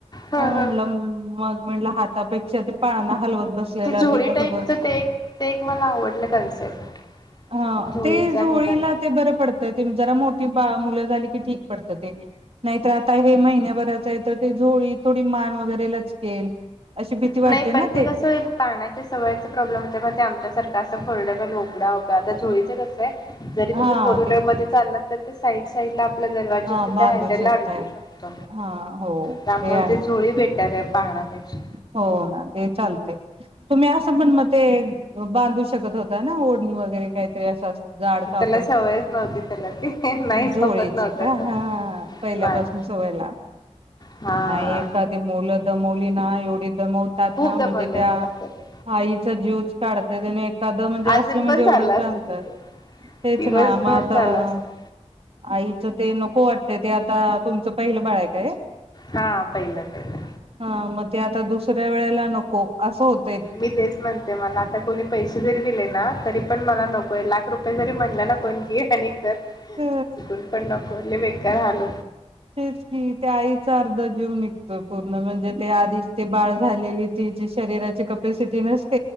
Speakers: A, on the left; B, on the right.
A: ह
B: म्हणलं
A: ह
B: मग म्हणलं हाता पेक्षा पाळणा हलवत बसलेलं
A: ते झोडी
B: कसं
A: टाईपच
B: बर
A: ते ते एक मला आवडलं कन्सेप्ट
B: ह
A: झोळीचा
B: ते जोळीला
A: निघाला
B: ते बरं पडतं ते जरा मोठी बा मुलं झाली की ठीक पडत ते नाहीत ता हे महिन्याभराच आहे तर ते झोळी थोडी मान वगैरे लचकेल अशी भीती वाटते
A: नाही
B: ना
A: पण ते कसं होईल पााण्याच्या सवयचा प्रॉब्लेम होते म ते आमच्या सारखं असं फरडेबल उकडाव आता झोळीच कसं जरी
B: हा
A: तुम्ही फोर व्हीलर
B: ते
A: मध्ये चाललात तर ते साईड साईड ला आपल्या दरवाज्या
B: हा बांधू
A: त्या हँडल
B: शकताय
A: ला अडकू शकत.
B: हा हो
A: त्यामुळे
B: आहे
A: ते झोळी बेटर आहे. पाळणा पेक्षा
B: ते चालतय चालतय तुम्ही असं पण ते बांधू शक शगत होता ना ओढणी वर हे काहीतरी असं असतं जाड कापड
A: त्याला सवयच नव्हती त्याला ती नाही झोपत
B: झोळीची
A: नव्हता
B: का
A: तो.
B: हा पहिल्यापासून
A: नाही
B: सवय लाव
A: हा
B: आ एखादी मुल दमवल ती ना एवढीत दमवतात
A: खूप
B: ना
A: दमवलंय
B: म्हणजे त्या
A: मला तरी.
B: आईचा जीवच काढत्यात आणि एखादं म्हणजे असल
A: अजून
B: म्हणजे
A: पण
B: एवढं
A: चालू असतं
B: शांत
A: तेवढे
B: तेच
A: दिवसभर
B: ना मग आता
A: चालू असतं.
B: आईचं ते नको वाटतय ते आता तुमचं पहिलं बाळ आहे का हे
A: हा पहिलं पहिलं.
B: ह म ते आता दुसऱ्या वेळेला नको असं होत
A: मी तेच म्हणते मला आता कोणी पैसे जरी दिले ना तरी पण मला नकोय लाख रुपये जरी म्हटल ना कोणी ये आणि कर चुकुनपण
B: ह
A: नको कळाल
B: तेच की ते आई अर्धा जीवुन निघतोय बघ म्हणजे ते आधीच ते बाळ झालेली ति शरीराची कपसिटी नस